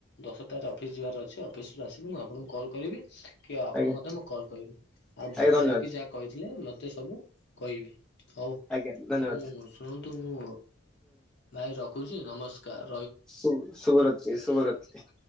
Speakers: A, on the left; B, in the centre.
A: ଦଶଟାରେ ଅଫିସ୍ ଯିବାର ଅଛି। ଅଫିସ୍ ରୁ ଆସିକି ମୁଁ ଆପଣଙ୍କୁ କଲ୍ କରିବି। କି ଆପଣ
B: ଆଜ୍ଞା
A: ମଧ୍ୟ ମୁଁ କଲ୍ କରିବି। ଆଉ ଭଦ୍ରଲୋକି
B: ଆଜ୍ଞା ଧନ୍ୟବାଦ
A: ଯାହା କହିଥିଲେ ମତେ ସବୁ କହିବେ। ହଉ,
B: ଆଜ୍ଞା ଧନ୍ୟବାଦ
A: ମୁଁ ଶୁଣନ୍ତୁ ମୁଁ ଭାଇ ରଖୁଛି ନମସ୍କାର୍।
B: ସୁ ଶୁଭରାତ୍ରି ଶୁଭରାତ୍ରି।